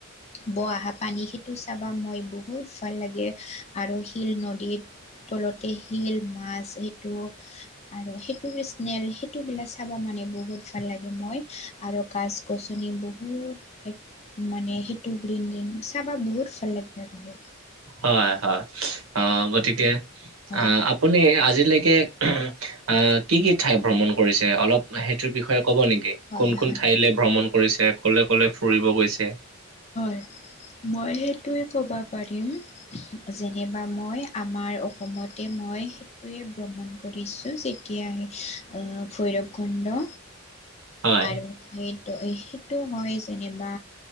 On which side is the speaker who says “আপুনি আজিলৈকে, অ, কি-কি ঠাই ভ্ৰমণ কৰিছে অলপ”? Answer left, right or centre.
Right